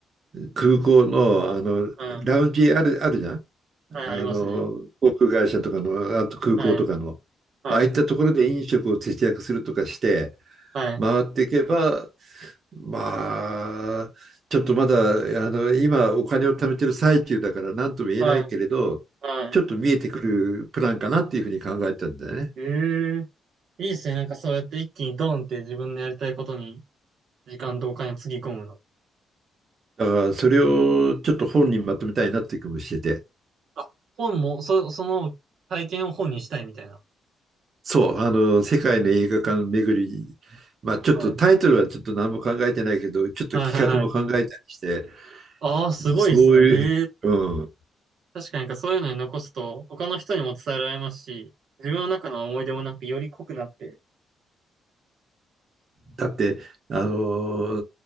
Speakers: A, on the right; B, on the right.
A: 空港の、あの、
B: はい
A: ラウンジある、あるじゃん。あの、
B: はい、ありますね。
A: 航空会社とかの、あと空港とかの、
B: はい、はい、
A: ああいったところで飲食を節約するとかして、
B: はい、
A: 回っていけば、まあ、ちょっとまだ、あの、今お金を貯めてる最中だから何とも言えないけれど、
B: はい、はい。
A: ちょっと見えてくるプランかなっていうふうに考えたんだよね。
B: ええいいですね。なんかそうやって一気にドンって自分のやりたいことに時間とお金つぎ込むの。
A: だからそれをちょっと本にまとめたいなっていう気もしてて。
B: あ、本も、そ、その体験を本にしたいみたいな。
A: そう、あの、世界の映画館巡り、まあちょっとタイトルはちょっと何も考えてないけど、
B: はい。
A: ちょっと企画も考えたりして、
B: はいはいはい。ああ、すごいですね。
A: そういう、
B: へえ。
A: う
B: 確かになんかそういうのに残すと他の人にも伝えられますし、自分の中の思い出もなんかより濃くなって。
A: だって、あの、